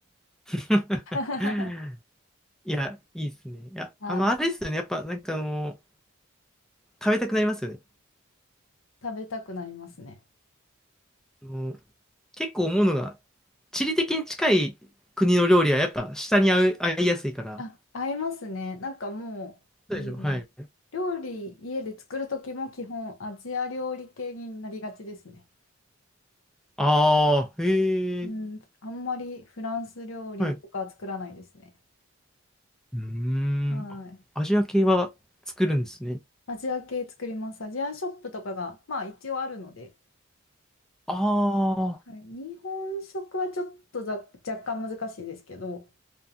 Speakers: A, in the centre; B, on the left (about 75°).
A: <laughs>
B: <laughs>
A: いや、いいですね。いや、
B: はい。
A: あの、あれですよね。やっぱ、なんかあの、食べたくなりますよね。
B: 食べたくなりますね。
A: あの、結構思うのが、地理的に近い国の料理はやっぱ下に合う、合いやすいから。
B: あ、合いますね。なんかもう、
A: そうでしょ。
B: うん、
A: はい。
B: 料理家で作る時も基本アジア料理系になりがちですね。
A: ああ、へえ。
B: うん、あんまりフランス料理とかは作らないですね。
A: はいうーん。
B: はい。
A: あアジア系は作るんですね。
B: アジア系作ります。アジアショップとかが、まあ一応あるので、
A: あ
B: はい、
A: あ。
B: 日本食はちょっとざ若干難しいですけど、